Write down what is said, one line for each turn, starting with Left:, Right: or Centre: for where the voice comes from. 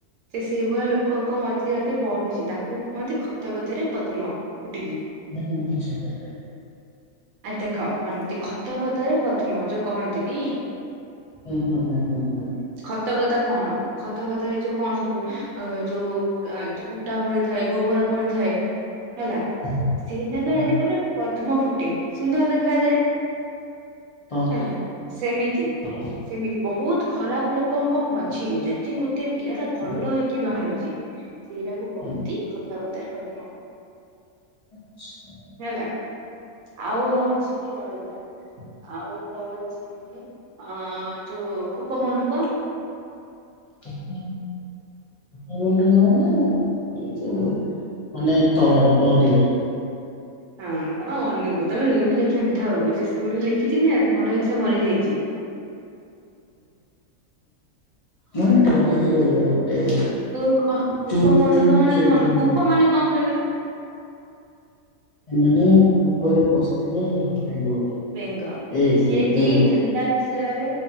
Right: ଯେ ସେଇଭଆ ଲୋକ ଲୋକଙ୍କ ମଝି ଅତି ବଢୁଛି, ତାକୁ କୁହନ୍ତି ଖତ ଗଦାରେ ପଦ୍ମ ଫୁଟିଛି।
Left: ମାନେ ଯେମିତି ଝିଅ କହିଲେ।
Right: ଆ ଦେଖ ମ ଖତ କଦ ରେ ପଦ୍ମ ଯୋଉ କହନ୍ତିନି?
Left: ହୁଁ ହୁଁ ହୁଁ ହୁଁ ହୁଁ।
Right: ଖତଗଦା କଣ? ଖତଗଦା ଏ ଯଉ କଣ ସବୁ ଅ ଯୋଉ କୁଟା ପଡିଥାଏ, ଗୋବର ପଡିଥାଏ। ହେଲା,
Left: ହଁ
Right: ସେଇ ଜାଗାରେ
Left: ହଁ
Right: ଯଦି ଗୋଟେ ପଦ୍ମ ଫୁଟେ ସୁନ୍ଦର ଦେଖାଯାଏ।
Left: ହଁ
Right: ହେଲା ସେମିତି
Left: <unintelligible>
Right: ସେମିତି ବହୁତ ଖରାପ ଲୋକଙ୍କ ମଝିରେ, ଯଦି ଗୋଟେ ପିଲା ଟା
Left: ହୁଁ
Right: ଭଲ ହେଇକି ବାହାରୁଛି ସେଇଟାକୁ କହନ୍ତି
Left: ହୁଁ
Right: ଖତ ଗଦାରେ ପଦ୍ମ।
Left: ଆଚ୍ଛା
Right: ହେଲା। ଆଉ ହଉଚି ରହିଥା, ଆଉ ହଉଛି ଚି ଅ, ଯୋଉ କୂପ ମଣ୍ଡୁକ।
Left: <inaudible> କୂପ ମଣ୍ଡୁକ ମାନେ? ଏଇ ଯୋଉ ମାନେ ତଳ ଡରିବା।
Right: ହଁ ତୋମ ମନୁକୁ, ତୋମେ ରୁଢ଼ି ଲେଖିବନି ଥାଉ, ଯିଏ ସେ ରୁଢି ଲେଖିଚି ନା ଭଲ ହେଇ ସେ ମରିଯାଇଚି।
Left: ମାନେ ଡରିକି ରହିବ ଗୋଟେ
Right: କୂଫ କୂପ
Left: ଚୁପ୍
Right: ମଣ୍ଡୁକ
Left: ଚୁପ୍
Right: ମାନେ
Left: ସହିତ
Right: କଣ?
Left: ନୁହଁ।
Right: କୂପ ମାନେ କଣ କହିଲ?
Left: ଏ ମାନେ କୂଅରେ ପସିିଥିବା ଏଣ୍ଡୁଅ।
Right: ବେଙ୍ଗ,
Left: ଏ
Right: ଯିଏ
Left: ଯୋଉ ବେଙ୍ଗ।
Right: କିି ଦୁନିଆ ବିଷୟରେ